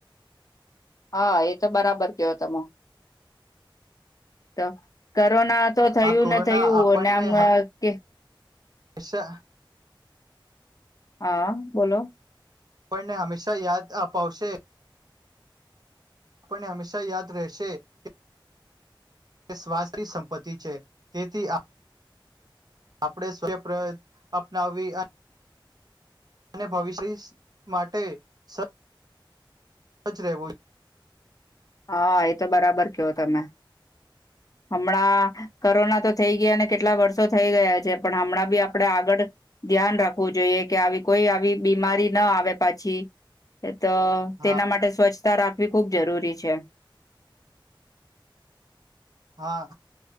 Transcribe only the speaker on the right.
હતો
આ કોરોના
આપણને
<unintelligible>
આપણને હંમેશા યાદ અપાવશે આપણને હંમેશા યાદ રહેશે. કે કે સ્વાસ્થ સંપત્તિ છે. તેથી આ આપણેે સૂર્યપ અપનાવવી અને ભવિષ્યસ માટે સ સચ રહેવુ
હા
હા